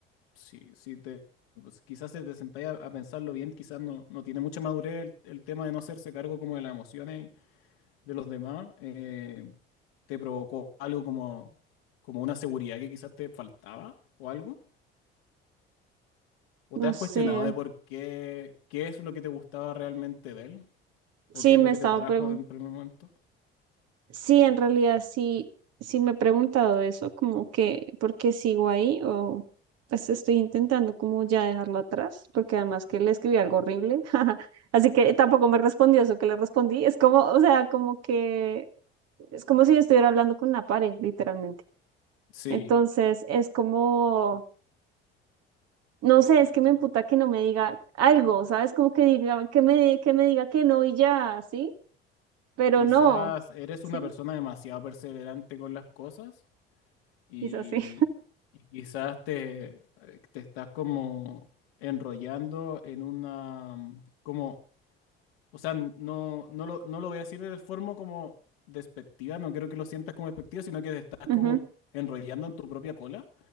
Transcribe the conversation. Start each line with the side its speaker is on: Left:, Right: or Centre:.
Left: si, si te, pues, quizás si te sentáis a, a pensarlo bien, quizás no, no tiene mucha madurez el, el tema de no hacerse cargo como de las emociones de los demás, eh, te provocó algo como, como una seguridad que quizás te faltaba o algo? ¿O
Right: no
Left: te has
Right: sé.
Left: cuestionado de por qué, qué es lo que te gustaba realmente de él? ¿O
Right: Sí,
Left: qué es
Right: me
Left: lo que
Right: estaba
Left: te atrajo
Right: preguntando
Left: en primer momento?
Right: Sí, en realidad sí, sí me he preguntado eso, como que, ¿por qué sigo ahí? O pues estoy intentando como ya dejarlo atrás, porque además que le escribí algo horrible, <laughs> así que tampoco me respondió eso que le respondí. Es como, o sea, como que, es como si yo estuviera hablando con una pared, literalmente.
Left: Sí,
Right: Entonces, es como, no sé, es que me emputa que no me diga algo, ¿sabes? Como que diga, que me, que me diga que no y ya, ¿sí? Pero
Left: quizás
Right: no,
Left: eres
Right: ¿sí?
Left: una persona demasiado perseverante con las cosas y,
Right: Quizás sí.
Left: y quizás te, te estás como enrollando en una, como O sea, no, no lo, no lo voy a decir de forma como despectiva, no quiero que lo sientas como despectivo, sino que te estás
Right: <laughs>
Left: como
Right: Ujú.
Left: enrollando en tu propia cola.